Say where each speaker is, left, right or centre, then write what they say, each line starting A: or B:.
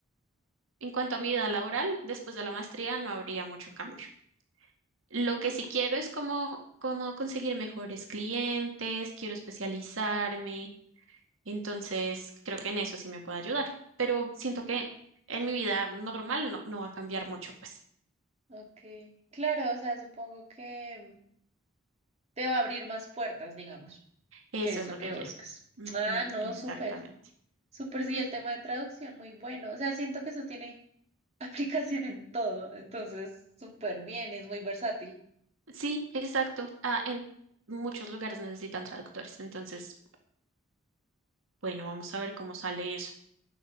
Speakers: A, on the right (about 85°); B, on the right (about 35°).
A: en cuanto a mi vida laboral, después de la maestría no habría mucho cambio. Lo
B: Oh,
A: que sí
B: ok.
A: quiero es como, como conseguir mejores clientes, quiero especializarme, entonces creo que en eso sí me puede ayudar, pero siento que en mi vida normal no, no va a cambiar mucho, pues
B: ok. Claro, o sea, supongo que em, te va a abrir más puertas, digamos,
A: eso
B: que es
A: es
B: lo
A: lo
B: que
A: que
B: buscas.
A: quiero. Ujú,
B: Ah, no,
A: exactamente.
B: súper, súper, sí, el tema de traducción, muy bueno. O sea, siento que eso tiene <laughs> aplicación en todo, entonces súper bien, es muy versátil.
A: Sí, exacto. Ah, en muchos lugares necesitan traductores, entonces Bueno, vamos a ver cómo sale eso.